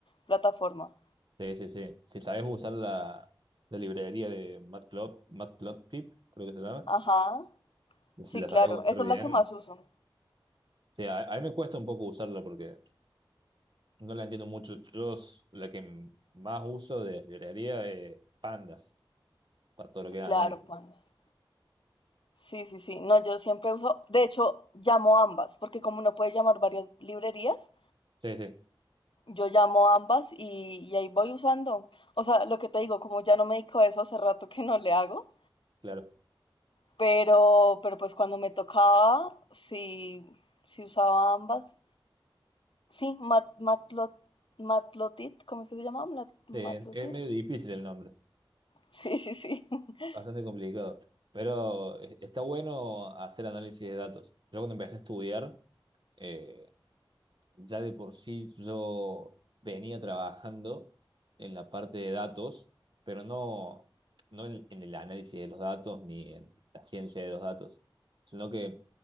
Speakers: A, on the left (about 70°); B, on the right (about 60°).
A: plataforma.
B: Sí, sí, sí. Si sabes usar la, la librería de Matplotlib, Matplotlib, creo que se llama,
A: Ajá, sí,
B: si la
A: claro,
B: sabes usar
A: esa
B: bien.
A: es la que más uso.
B: Sí, a, a mí me cuesta un poco usarla porque no la entiendo mucho. Yo s- la que m- más uso de librería es Pandas para todo lo que es
A: Claro,
B: análisis
A: pandas. Sí, sí, sí. No, yo siempre uso, de hecho, llamo ambas, porque como uno puede llamar varias librerías,
B: Sí, sí,
A: Yo llamo ambas y, y ahí voy usando. O sea, lo que te digo, como ya no me dedico a eso, hace rato que no le hago,
B: claro.
A: pero, pero pues cuando me tocaba, sí, sí usaba ambas. Sí, Mat, Matplot, Matplotit, ¿cómo es que se llama? Mat- Matplotit.
B: Sí, es es medio difícil el nombre,
A: Sí, sí, sí. <laughs>
B: bastante complicado, pero e- está bueno hacer análisis de datos. Yo cuando empecé a estudiar, eh, ya de por sí yo venía trabajando en la parte de datos, pero no, no en, en el análisis de los datos ni en la ciencia de los datos, sino que